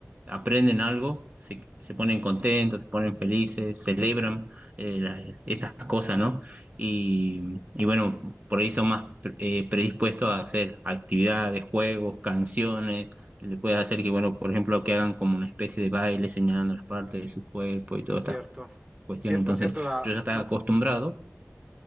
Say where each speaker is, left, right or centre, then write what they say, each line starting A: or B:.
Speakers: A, on the right; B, on the right.
A: aprenden algo se, se ponen contentos, se ponen felices, celebran eh, las- estas cosas, ¿no? Y, y bueno, por ahí son más pre- eh, predispuestos a hacer actividades, juegos, canciones. Le puedes hacer que, bueno, por ejemplo, que hagan como una especie de baile señalando las partes de su cuerpo y todo esto
B: Cierto,
A: cuestión.
B: cierto,
A: Entonces,
B: cierto, la,
A: yo ya estaba
B: la, f-
A: acostumbrado.